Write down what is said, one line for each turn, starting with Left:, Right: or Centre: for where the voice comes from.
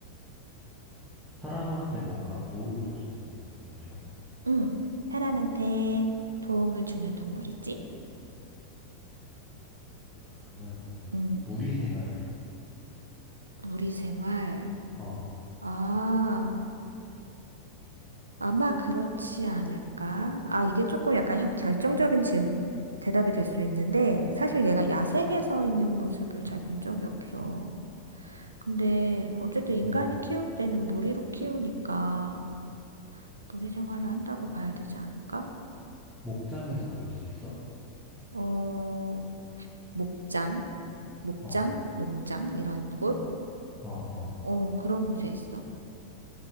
Centre: 사람한테 뭔가 도움을 주는 동물이야?
Right: 음. 사람한테 도움을 주는 동물이지?
Centre: 그러면
Right: 음.
Centre: 무리 생활을 해?
Right: 무리 생활.
Centre: 어,
Right: 아. 아마 그렇지 않을까? 아, 이게 조금 약간 혀- 결정적인 질, 대답이 될 수 있는데, 사실 얘가 야생에서 있는 모습을 잘 본 적이 없어. 근데, 어쨌든 인간이
Centre: 음,
Right: 키울 때는 무리로 키우니까, 무리 생활을 한다고 봐야 되지 않을까?
Centre: 목장에서 볼 수 있어?
Right: 어, 목장, 목장,
Centre: 어,
Right: 농장, 이런 곳?
Centre: 어, 어,
Right: 어, 그런 곳에 있어.